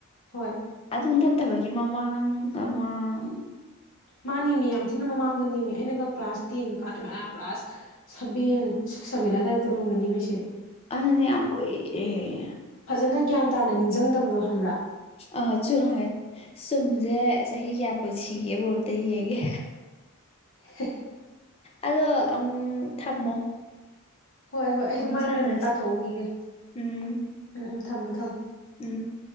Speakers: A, on the left (about 65°); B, on the left (about 30°).
A: ꯍꯣꯏ
B: ꯑꯗꯨꯗ ꯐꯠꯇꯕꯒꯤ ꯃꯃꯥꯡ ꯃꯃꯥꯡ
A: ꯃꯥꯅꯤ ꯃꯤ ꯌꯥꯝ ꯁꯤꯅ ꯃꯃꯥꯡꯗ ꯅꯦꯃꯤ ꯑꯩꯅꯒ ꯀ꯭ꯂꯥꯁ ꯇꯦꯟꯒ ꯀꯥꯗ꯭ꯔꯤꯉ ꯀ꯭ꯂꯥꯁ ꯁꯕꯦꯟ ꯁꯤꯛꯁ ꯁꯕꯦꯟ ꯑꯗꯨꯋꯥꯏꯗ ꯎꯔꯝꯒꯅꯤꯃꯤꯁꯦ
B: ꯑꯗꯨꯅꯦ ꯌꯥꯝꯝ ꯀꯣꯏ ꯑꯦ
A: ꯐꯖꯅ ꯒ꯭ꯌꯥꯟ ꯇꯥꯅ ꯅꯤꯡꯁꯤꯡꯗꯕꯗꯣ ꯍꯪꯕ꯭ꯔꯥ
B: ꯑ ꯆꯨꯝ ꯍꯣꯏ ꯁꯨꯝꯁꯦ ꯆꯍꯤ ꯀꯌꯥ ꯑꯩꯈ ꯁꯤꯒꯦꯕꯨ ꯑꯇ ꯌꯦꯡꯒꯦ
A: ꯍꯦ
B: ꯑꯗꯣ ꯑꯪ ꯊꯝꯃꯣ꯫
A: ꯍꯣꯏ ꯍꯣꯏ ꯑꯩꯁꯨ
B: ꯑꯃꯨꯛ
A: ꯃꯥꯏ
B: ꯁꯥꯟꯅꯁꯤ
A: ꯑꯝꯇ ꯇꯥꯊꯣꯛꯎꯈꯤꯒꯦ
B: ꯎꯝ
A: ꯎꯝ ꯎꯝ꯫ ꯊꯝꯃꯦ- ꯊꯝꯃꯦ꯫
B: ꯎꯝ꯫